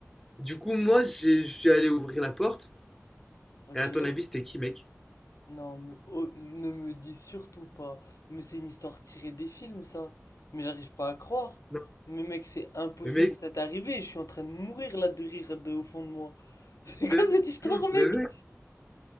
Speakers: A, in the centre; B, on the left.
A: Du coup, moi, j'ai- je suis allé ouvrir la porte.
B: Ok.
A: Et à ton avis, c'était qui, mec?
B: Non, me- oh, ne me dis surtout pas. Mais c'est une histoire tirée des films, ça. Mais j'arrive pas à croire.
A: Non,
B: Mais mec, c'est impossible,
A: le mec,
B: ça t'est arrivé. Je suis en train de mourir là de rire de- au fond de moi. <laughs> C'est quoi
A: le,
B: cette histoire, mec?
A: le mec,